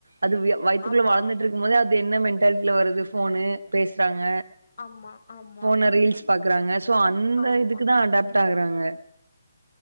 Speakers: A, on the right; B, on the left.
A: அது வியா வய்த்துக்குள்ள
B: ஆமா
A: வளந்துட்ருக் கும்போதே அது என்ன மென்டால்ட்டில வருது ஃபோனு பேசுறாங்க
B: ஆமா ஆமா
A: ஃபோனு ரீல்ஸ் பாக்குறாங்க சோ அந்த
B: ஆமா
A: இதுக்குதா அடப்ட்டு ஆகுறாங்க